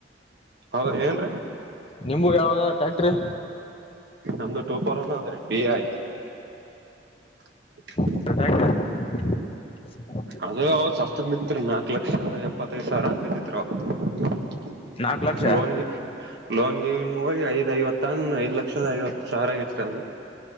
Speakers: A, on the right; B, on the left.
A: ಹೌದ್ರಿ ಏನ್ರೀ
B: ನಿಮ್ಬವ ಯಾವದದ್ ಟ್ರ್ಯಾಕ್ಟ್ರಿ
A: ನಮ್ದು ಟೂ ಫೋರ ಒನ್ನ ಆದ್ರಿ ಡಿ ಐ <inaudible>
B: <unintelligible>
A: ಅದ್ ಅವಾಗ ಸಸ್ತ್ಕ ಬಿತ್ರಿ ನಾಲ್ಕ್ ಲಕ್ಷದ ಎಪ್ಪತ್ ಸಾವಿರ ಏನ್ ಬಿದ್ದಿತ್ರಿ ಅವಾಗ
B: ನಾಕ್ ಲಕ್ಷ
A: ಲೋನ್ ಗಿನ ಲೋನ್ ಗಿನ್ ಹೋಗಿ ಐದ್ ಐವತ್ತೆನ್ ಐದ್ ಲಕ್ಷದ ಐವತ್ತ್ ಸಾವಿರ ಆಗಿತ್ರಿ ಅದ್